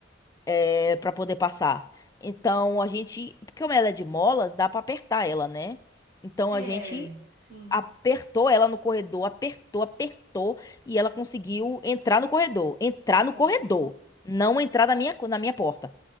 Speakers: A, on the left; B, on the right.
A: é, para poder passar. Então a gente, porque como ela é de molas, dá pra apertar ela, né? Então
B: é,
A: a gente
B: sim.
A: apertou ela no corredor, apertou, apertou e ela conseguiu entrar no corredor, entrar no
B: Olha.
A: corredor, não entrar na minha na minha porta.